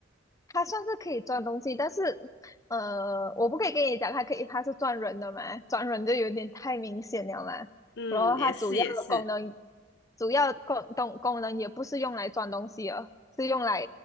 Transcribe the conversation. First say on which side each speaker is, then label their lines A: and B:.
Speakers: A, on the left (about 15°); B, on the left (about 60°).
A: 它算是可以装东西，但是，呃，我不可以跟你讲，它可以，它是赚人的嘛，赚人就有点太明显了嘛。
B: 嗯，
A: 然后它主要的功能，
B: 也是也是，
A: 主要功功功能也不是用来装东西哦，是用来